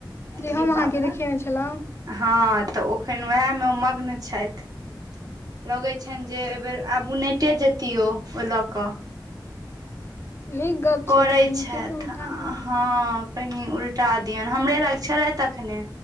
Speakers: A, on the left; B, on the right.
A: जे
B: डीब्बा
A: हम अहाँके
B: वला।
A: देखेने छलहुँ
B: हँ तऽ ओखन उएहमे ओ मग्न छथि। लगैत छनि जे एहिबेर आब उनटे जेतियो ओहि लऽ कऽ।
A: नीक गप छै
B: करैत
A: कनी नीके
B: छथि
A: सँ उठा देबै
B: हँ। कनि उल्टा दियऔ हमरे लाग छलेथ अखने